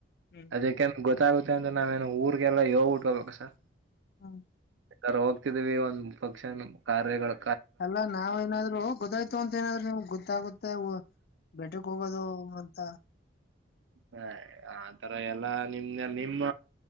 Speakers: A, on the left (about 50°); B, on the right (about 80°).
A: ಹ್ಮ್
B: ಅದಕ್ಕೆ ಗೊತ್ತ ಗೊತ್ತಾಗುತ್ತೆ ಅಂದ್ರೆ ನಾವೇನು ಊರ್ಗೆಲ್ಲ ಹೇಳ್ಬುಟ್ ಹೋಗಣ ಸರ್
A: ಹ್ಮ
B: ಈ ತರ ಹೋಗ್ತಿದೀವಿ ಒಂದ್ ಫಂಕ್ಷನ್ ಕಾರ್ಯಗಳು
A: ಅಲ್ಲ ನಾವ್ ಏನಾದ್ರು ಗೊತ್ತಾಯ್ತು ಅಂತ ಏನಾದ್ರು ನಿಮ್ಗೆ ಗೊತ್ತಾಗುತ್ತ ತ್ತೆ ವು ಬೆಟಕ್ ಹೋಗೋದು ಅಂತ
B: ಹಯ್ ಆತರ ಎಲ್ಲಾ ನಿಮ್ನೆ ನಿಮ್ಮ